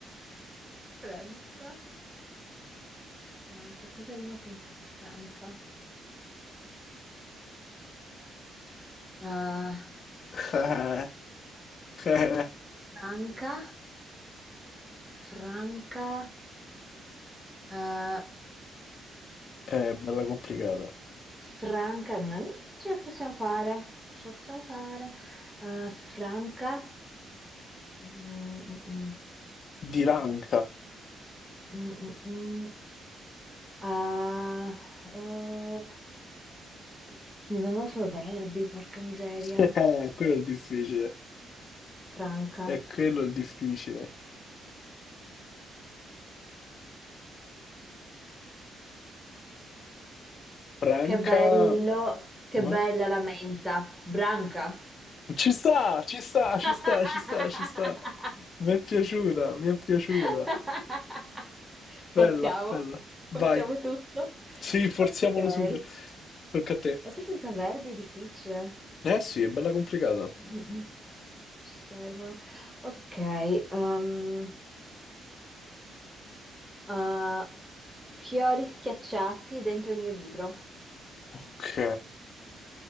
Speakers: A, in the centre; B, on the left (about 55°).
A: Franca. Franca, cosa rima con fr- Franca? Eh,
B: <laughs> Eh, eh,
A: Franca, Franca, eh,
B: eh, bella complicata.
A: Franca, non ce la possiamo fare, ce la possiamo fare. Eh, Franca, mm, mm,
B: Di ranca.
A: mm, mm, mm, ah, eh, eh, mi vengono solo verbi, porca miseria.
B: <laughs> Eh, quello è il difficile.
A: Franca,
B: È quello il difficile. Franca,
A: che bello, che
B: vai.
A: bella la menta, branca.
B: Ci sta, ci sta,
A: <laughs>
B: ci sta, ci sta, ci sta. Mi è piaciuta, mi è piaciuta.
A: <laughs>
B: Bella,
A: Forziamo,
B: bella. Vai.
A: forziamo tutto.
B: Sì, forziamolo
A: Ok.
B: super. Tocca a te.
A: E che senza verbi è difficile. <clears throat>
B: Eh sì, è bella complicata.
A: Mm. Ci servono. Ok. um, uh, fiori schiacciati dentro il mio libro.
B: Ok.